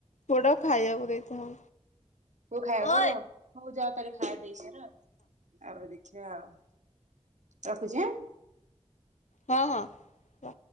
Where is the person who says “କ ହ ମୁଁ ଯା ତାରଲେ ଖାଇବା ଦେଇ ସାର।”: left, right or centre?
Right